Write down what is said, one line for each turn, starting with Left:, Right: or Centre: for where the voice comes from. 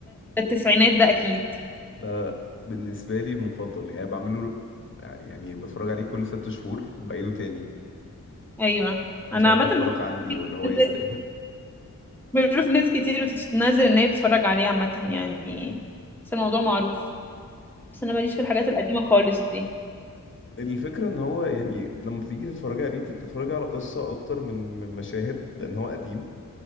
Centre: ده التسعينات ده اكيد
Left: ده بالنسبة لي المفضل يعني بعمله يعني بتفرج عليه كل ست شهور بعيده تاني
Centre: ايوه
Left: مش
Centre: انا
Left: هفضل
Centre: عامه
Left: اتفرج
Centre: بشوف
Left: عندي
Centre: كتير
Left: ولا
Centre: بتنزل-
Left: هو يستاهل
Centre: بشوف ناس كتير بتنزل ان هي بتتفرج عليه عامه يعني بس الموضوع معروف بس انا ماليش في الحاجات القديمه خالص دي
Left: <laughs> الفكرة ان هو يعني لما بتيجي تتفرجي عليه انت بتتفرجي على قصة اكتر من من مشاهد لان هو قديم